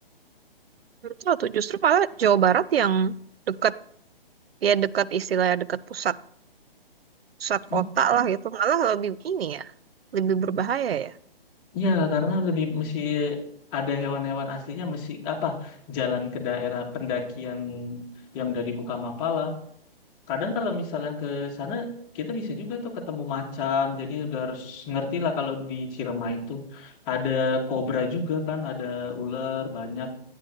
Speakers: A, on the right; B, on the left.
A: Menurut lo tuh justru malah Jawa Barat yang dekat, ya dekat istilahnya dekat pusat. pusat
B: Mm,
A: kota lah itu malah lebih ini ya lebih berbahaya ya
B: Ya, karena lebih mesti ada hewan-hewan aslinya mesti apa jalan ke daerah pendakian yang udah dibuka Mapala. Kadang kalau misalnya ke sana kita bisa juga tuh ketemu macan. Jadi udah harus ngerti lah kalau di Cirema itu ada kobra juga kan, ada ular banyak.